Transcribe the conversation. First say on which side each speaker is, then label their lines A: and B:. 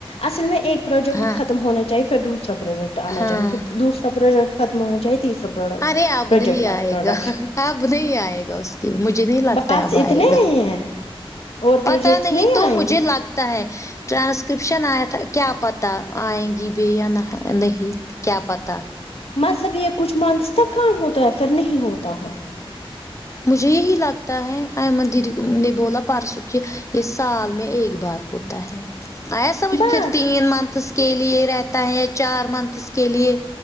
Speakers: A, on the left; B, on the left.
A: اصل میں ایک پرجیکٹ
B: ہاں
A: ختم ہونا چاہیے پھر دوسرا پرجیکٹ آنا
B: ہاں
A: چاہیے دوسرا پرجیکٹ ختم ہو چیے تیسرا پروڈکٹ
B: ارے اب
A: پروجیکٹ
B: نہیں آئے
A: پروڈکٹ
B: گا اب نہیں آئے گا اس کے بھی مجھے نہیں لگتا
A: بس
B: اب
A: اتنے
B: آئے آ گا
A: ہی ہیں اور پروجیکٹ
B: پتا نہیں تو
A: آئیں
B: مجھے
A: گے
B: لگتا ہے ٹرانسکرپشن آیا کیا پت آئیں گی بھی یا نہ نہیں کیا پتا
A: مطلب یہ کچھ منٹھس تک کام ہوتا ہے پھر نہیں ہوتا ہے
B: مجھے یہی لگتا ہے احمد دیدی نے بولا پرسوں کی یہ سال میں ایک بار ہوتا ہے آیا سمجھ
A: بس
B: پھر تین منتھس کے لیے رہتا ہے چار منتھس کے لیے